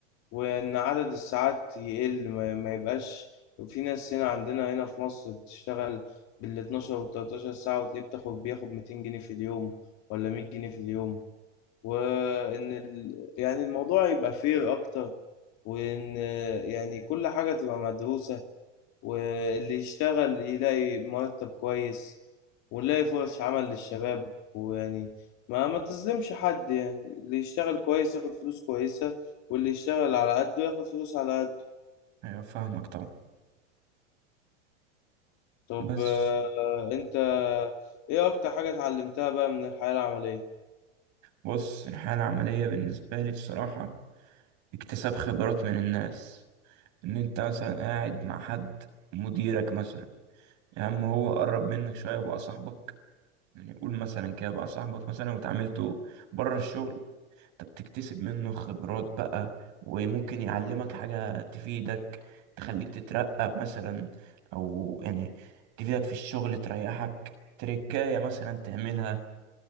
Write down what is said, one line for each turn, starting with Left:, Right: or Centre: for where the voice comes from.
Left: وإن عدد الساعات يقل ما, ما يبقاش في ناس هنا عندنا هنا في مصر بتشتغل بال 12 وال 13 ساعة وتلاقيه بتاخد بياخد 200 جنيه في اليوم ولا 100 جنيه في اليوم وإن ال... يعني الموضوع يبقى فير أكتر وإن يعني كل حاجة تبقى مدروسة واللي يشتغل يلاقي مرتب كويس ونلاقي فرص عمل للشباب ويعني ما ما تظلمش حد يعني اللي يشتغل كويس ياخد فلوس كويسة واللي يشتغل على قده ياخد فلوس على قده
Right: ايوه فاهمك طبعا
Left: طب
Right: بس
Left: آه، انت ايه اكتر حاجة اتعلمتها بقى من الحياة العملية
Right: بص الحالة العملية بالنسبة لي بصراحة اكتساب خبرات من الناس ان انت مثلا قاعد مع حد مديرك مثلا يا عم هو قرب منك شوية وبقى صاحبك يعني قول مثلا كده بقى صاحبك مثلا وتعاملته بره الشغل انت بتكتسب منه خبرات بقى وممكن يعلمك حاجة تفيدك تخليك تترقى مثلا او يعني تفيدك في الشغل تريحك تركاية مثلا تعملها